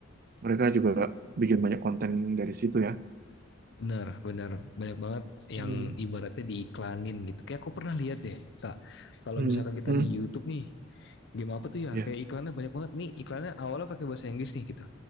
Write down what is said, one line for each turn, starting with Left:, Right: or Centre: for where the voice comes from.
Right: mereka juga bikin banyak konten dari situ ya.
Left: benar benar banyak banget yang
Right: Hmm.
Left: ibaratnya diiklanin gitu kayak aku pernah lihat deh kak kalau
Right: Hmm,
Left: misalkan kita
Right: hmm,
Left: di YouTube nih game apa tuh ya
Right: ya.
Left: kayak iklannya banyak banget nih iklannya awalnya pakai bahasa Inggris nih gitu